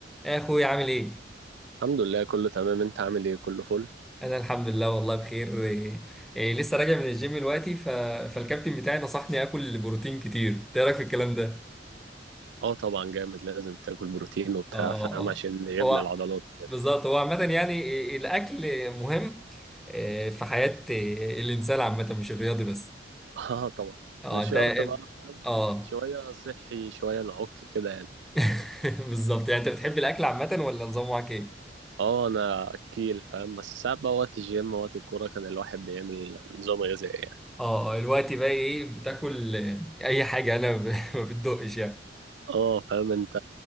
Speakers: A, in the centre; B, on the right.
A: يا اخوي عامل ايه
B: الحمد لله كله تمام انت عامل ايه كله فل
A: انا الحمد لله والله بخير إيه إيه لسه راجع من الجيم دلوقتي ف... فالكابتن بتاعي نصحني اكل بروتين كتير إنت ايه رايك في الكلام ده
B: اه طبعا جامد لازم تاكل بروتين وبتاع
A: اه اه
B: فاهم عشان
A: اه
B: يبني
A: هو
B: العضلات كده
A: بالظبط هو عامه يعني إيه الاكل مهم إيه في حياه إيه الانسان عامه مش الرياضي بس
B: <laughs> اه طبعا
A: اه
B: مش
A: انت
B: شرط بقى فاهم
A: اه
B: شوية صحي شوية نعك كده يعني
A: <laughs> بالظبط يعني انت بتحب الاكل عامه ولا نظام معاك ايه
B: اه انا اكيل فاهم بس ساعات بقى وقت الجيم وقت الكورة كان الواحد بيعمل نظام غذائي يعني
A: اه آه، الوقت بقى ايه بتاكل آه، اي حاجه انا ب- <laughs> ما بتدقش يعني
B: اه فاهم انت